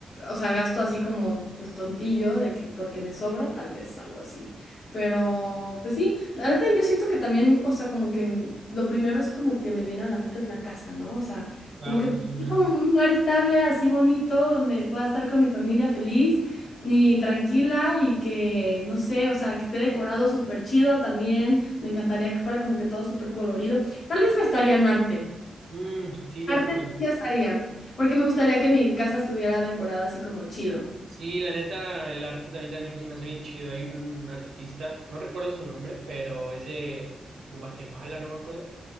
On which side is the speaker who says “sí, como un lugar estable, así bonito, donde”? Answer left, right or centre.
Left